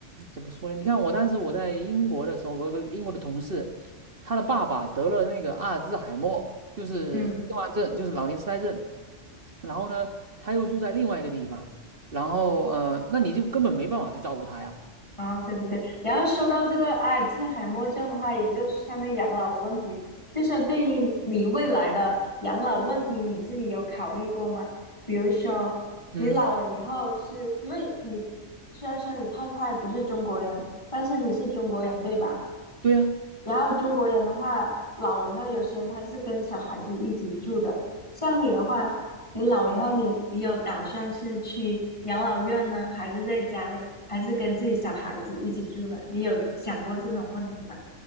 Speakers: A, on the right; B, on the left.
A: 怎么说呢？你看，我当时我在英国的时候，我有个英国的同事，他的爸爸得了那个阿尔兹海默，就是痴呆症，
B: 嗯，
A: 就是老年痴呆症。然后呢，他又住在另外一个地方，然后呃，那你就根本没办法去照顾他呀。
B: 哦，对对对。然后说到这个阿尔茨海默症的话，也就是相当于养老的问题，就是对你你未来的养老问题，你自己有考虑过吗？比如说，
A: 嗯，
B: 你老了以后是，因为你虽然说你太太不是中国人，但是你是中国人，对吧？
A: 对呀、
B: 然后中国人的话，老了以后，有些人他是跟小孩子一起住的。像你的话，你老以后你，你有打算是去养老院呢，还是在家里，还是跟自己小孩子一起住呢？你有想过这种问题吗？